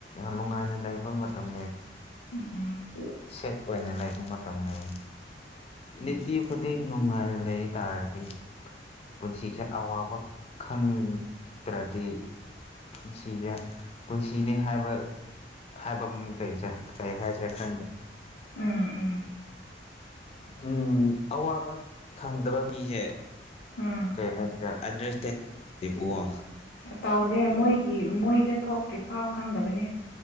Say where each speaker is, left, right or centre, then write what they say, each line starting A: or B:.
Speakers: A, on the left; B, on the left.
A: ꯅꯨꯡꯉꯥꯏꯅ ꯂꯩꯕ ꯃꯇꯝ
B: ꯎꯝ ꯎꯝ
A: ꯁꯦꯠꯄꯅ ꯂꯩꯕ ꯃꯇꯝ ꯂꯩ꯫ ꯑꯇꯤ ꯈꯨꯗꯤꯡ ꯅꯨꯡꯉꯥꯏꯅ ꯂꯩ ꯇꯥꯔꯗꯤ ꯄꯨꯟꯁꯤꯁꯦ ꯑꯋꯥꯕ ꯈꯪꯗ꯭ꯔꯗꯤ ꯄꯨꯟꯁꯤꯁꯦ ꯄꯨꯟꯁꯤꯅꯤ ꯍꯥꯏꯕ ꯍꯥꯏꯕ ꯑꯃ ꯀꯩꯁꯦ ꯀꯩ ꯍꯥꯏꯁꯦ ꯈꯟꯗꯦ
B: ꯎꯝ ꯎꯝ
A: ꯎꯝ ꯑꯋꯥꯕ ꯈꯪꯗꯕ ꯃꯤꯁꯦ
B: ꯎꯝ
A: ꯀꯩ ꯍꯥꯏꯁꯤꯔ ꯑꯟꯗꯔꯁꯇꯦꯟꯗꯤꯡ ꯇꯧꯗꯦꯕꯀꯣ
B: ꯇꯧꯗꯦ ꯃꯣꯏ ꯃꯣꯏꯗ ꯊꯣꯛꯇ꯭ꯔꯤ ꯐꯥꯎ ꯈꯪꯗꯕꯅꯤ꯫